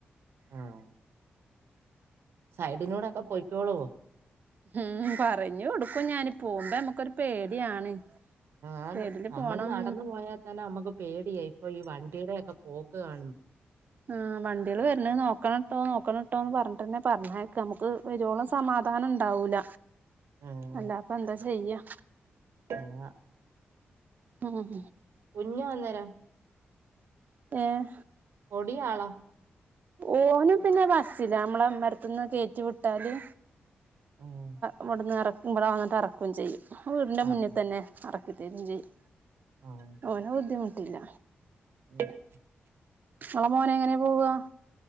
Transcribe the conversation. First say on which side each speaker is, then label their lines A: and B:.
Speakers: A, on the right (about 75°); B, on the right (about 45°).
A: ആഹ് സൈഡിനൂടെക്കെ പോയ്ക്കോളുവോ.?
B: ഉം പറഞ്ഞു കൊടുക്കുഞാനി പോകുമ്പോ നമ്മുക്കൊരു പേടിയാണ്.
A: ആന്ന്
B: സൈഡില്
A: നമ്മള്
B: പോണം
A: നടന്നു പോയാ തന്നെ നമ്മുക്ക് പേടിയേ ഇപ്പൊ ഈ വണ്ടീടെക്കെ പോക്കകാണു
B: ആ വണ്ടികൾ വരണത് നോക്കണട്ടോ നോക്കണട്ടോ എന്ന് പറഞ്ഞിട്ട തന്നെ പറഞ്ഞയക്ക നമുക്ക് വരുവോളം സമാധാനം ഇണ്ടാവൂല.
A: ആഹ്.
B: അല്ലാതെപ്പൊ എന്താ ചെയ്യാ.?
A: ആ..
B: ഉം
A: കുഞ്ഞ് അന്നേരം
B: ഏഹ്.
A: ഫൊടിയളോ.?
B: ഓനും പിന്നെ ബസ്റ്റിന നമ്മള ഇമ്മരത്തിന്ന് കയറ്റി വിട്ടാല്.
A: ഉം.
B: ഇവിടുന്ന് ഇറക്കുമ്പോള അങ്ങിട്ട് ഇറക്കുകയും ചെയ്യും വീടിന്റെ
A: ആ
B: മുന്നിൽ
A: ആ
B: തന്നെ. അറക്കി തെരിചെയ്യും.
A: ആഹ്
B: ഓനാ ബുദ്ധിമുട്ടില്ല.
A: ഉ <unintelligible>
B: ങ്ങളെ മോനെ എങ്ങനെയെ പോവാ.?